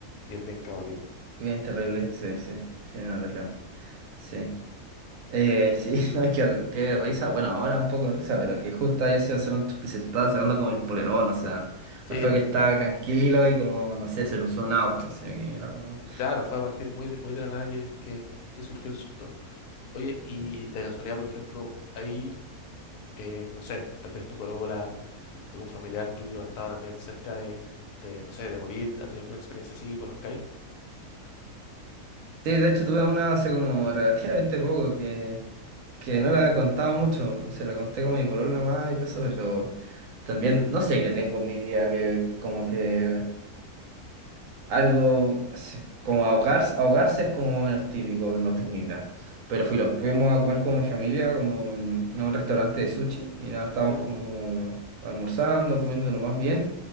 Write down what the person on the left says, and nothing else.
bien, bien caótico.
Sí,
tam-
claro, fue a partir muy de, muy de la nada que, que, que surgió el susto. Oye, y
de casualidad, por ejemplo, ahí eh, no sé, tal vez tu polola, algún familiar tuyo ha estado también cerca de, de, no sé, de morir, ha tenido alguna experiencia así que conozcáis.
Sí.